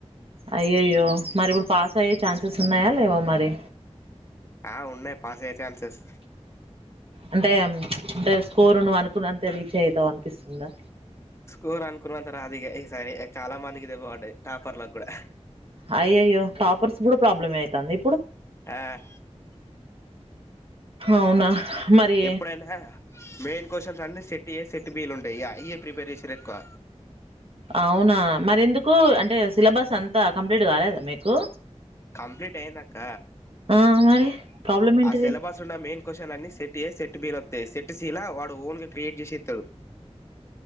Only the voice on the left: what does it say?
ఆ ఉన్నాయి్ పాస్ అయ్యే ఛాన్సెస్
స్కోర్ అన్కుతా రాదు ఇగా ఈ సారి చాలా మంది ఇది దెబ్బపడది టాపర్లాగ్ కూడా
ఆ
ఎప్పుడైనా మెయిన్ క్వశ్చన్స్ అన్ని సెట్ ఏ సెట్ సెట్ బీల్ ఉంటాయి అయ్యే ప్రిపేర్ చేసిరేక్కువ
కంప్లీట్ అయిందక్క
ఆ సిలబస్ ఉన్న మెయిన్ క్వశ్చన్ అన్ని సెట్య సెట్ సెట్ బీల్ వస్తాయి సెట్ సీలా వాడు ఓన్ గా క్రియేట్ చేసి ఇతాడు.